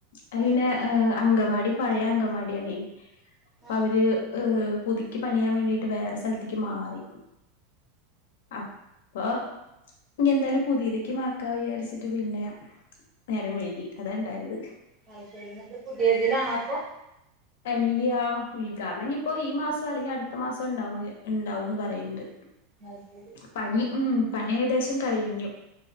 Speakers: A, on the left; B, on the right.
A: അ
B: അത്
A: പിന്നെ
B: ശരി
A: ഹ് അങ്കവാടി പഴയ അങ്കവാടിയണേ
B: ആഹ്
A: അവര് ഏഹ് പുതുക്കി പണിയാൻ വേണ്ടിട്ട് വേറെ സ്ഥലത്തേക്ക് മാറി അപ്പൊ ഇനി എന്തായാലും പുതിയതിക്ക് മാക്കാ വിചാരിച്ചിട്ട് പിന്നെ നേരം വൈകി അതാ ഇണ്ടായത്
B: അത് ശരി എന്നിട്ട് പുതിയതിലാണോ അപ്പൊ
A: അല്ല്യ ഉദ്ഘാടനം ഞ് ഇപ്പോ ഈ മാസം അല്ലെങ്കിൽ അടുത്ത മാസം ഉണ്ടാവും ഉണ്ടാവുന്ന് പറയ്‌ണ്ട്
B: അത് ശരി
A: പണി ഉം പണി ഏകദേശം കഴിഞ്ഞു